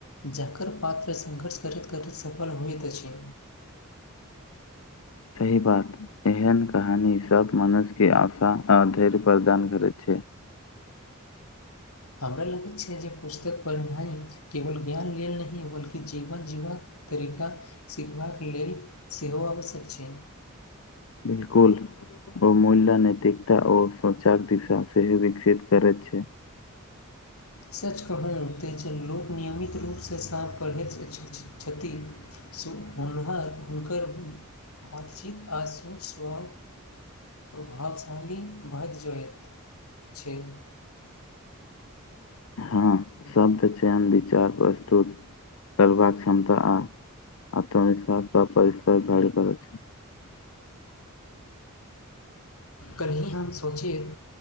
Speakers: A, on the left; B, on the left.
A: जकर पात संघर्ष करैत- करैत सफल होइत अछि
B: सही बात एहन कहानी सब मनुष्यके आशा आ धैर्य प्रदान करैत छै हे
A: हमरा लगैत छै जे पुस्तक पढ़नाइ केवल ज्ञान लेल नहि बल्कि जीवन जीबाक तरीका सिखबाक लेल सेहो आवश्यक छै
B: बिल्कुल ओ मूल्य नैतिकता आर सोचाक दिशा सेहो विकसित करैत छै
A: सच कहइ तैं जे लोक नियमित रूपसँ साँप पढ़ैत छथि श हुनवा हुनकर बातचीत आ सोचसँ प्रभावशाली भइत जाइत छै हुँ
B: हँ शब्द चयन विचार प्रस्तुत करबाक क्षमता आ आत्मविश्वास पर बल परष्कार घड़ि पड़ छै
A: हुँ काल्हि हम सोचियै